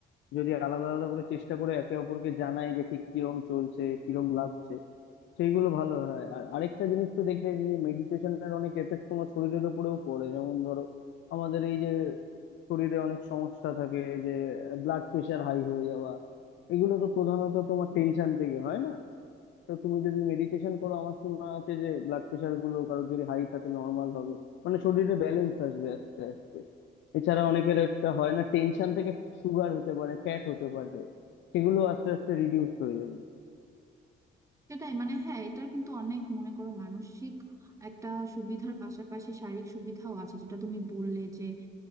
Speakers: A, on the left; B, on the right.
A: যদি আলাদা আলাদা করে চেষ্টা করে একে অপরকে জানাই যে ঠিক কিরম চলছে কিরম লাগছে সেইগুলো ভালো হয় আর আরেকটা জিনিস তো দেখলে যে মেডিটেশনের অনেক এফেক্ট তোমার শরীরের উপরেও পড়ে যেমন ধরো আমাদের এই যে শরীরে অনেক সমস্যা থাকে যে ব্লাড প্রেশার হাই হয়ে যাওয়া এগুলো তো প্রধানত তোমার টেনশন থেকে হয় না তো তুমি যদি মেডিটেশন করো আমার শোনা আছে যে ব্লাড প্রেশার গুলো কারো যদি হাই থাকে নর্মাল হবে মানে শরীরে ব্যালেন্স আসবে আস্তে আস্তে এছাড়া অনেকের একটা হয় না টেনশন থেকে সুগার হতে পারে ফ্যাট হতে পারে সেগুলো আস্তে আস্তে রিডিউস হয়ে যাবে
B: সেটাই মানে হ্যাঁ এটার কিন্তু অনেক মনে করো মানসিক একটা সুবিধার পাশাপাশি শারীরিক সুবিধাও আছে যেটা তুমি বললে যে